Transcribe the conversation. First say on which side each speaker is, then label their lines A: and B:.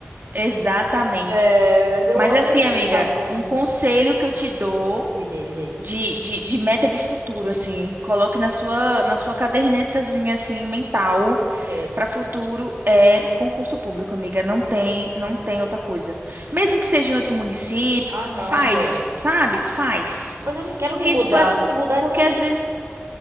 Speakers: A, on the right; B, on the right.
A: Exatamente.
B: É, mas eu
A: Mas
B: amo
A: assim, amiga,
B: os alunos.
A: um conselho que eu te dou
B: Me dê, me dê.
A: de, de, de meta de futuro, assim, coloque na sua, na sua cadernetazinha, assim, mental
B: Ok.
A: para futuro é concurso público, amiga. Não tem, não tem outra coisa. Mesmo que seja em outro município,
B: Ah, não,
A: faz,
B: velho.
A: sabe? Faz.
B: Mas eu não quero
A: Porque,
B: me mudar.
A: tipo, as-
B: Se mudar é
A: porque
B: tão.
A: às vezes